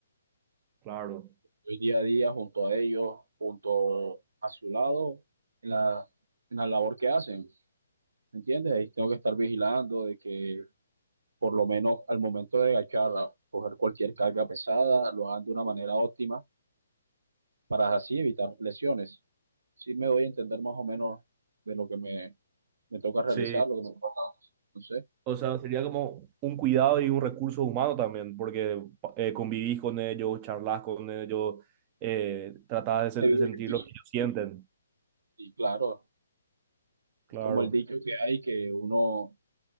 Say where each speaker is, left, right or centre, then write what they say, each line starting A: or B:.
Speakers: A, on the right; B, on the right.
A: Claro.
B: Estoy día a día junto a ellos, junto a su lado, en la, en la labor que hacen, ¿me entiendes? Ahí tengo que estar vigilando de que por lo menos al momento de agachar, a coger cualquier carga pesada, lo hagan de una manera óptima para así evitar lesiones. Sí me doy a entender más o menos de lo que me, me toca realizar,
A: Sí,
B: lo que me toca hacer. Entonces,
A: o sea, sería como un cuidado y un recurso humano también, porque eh, convivís con ellos, charlas con ellos, eh, tratás de
B: se
A: se-
B: vive
A: de sentir
B: el brillo.
A: lo que ellos sienten.
B: y claro,
A: Claro.
B: es como el dicho que hay, que uno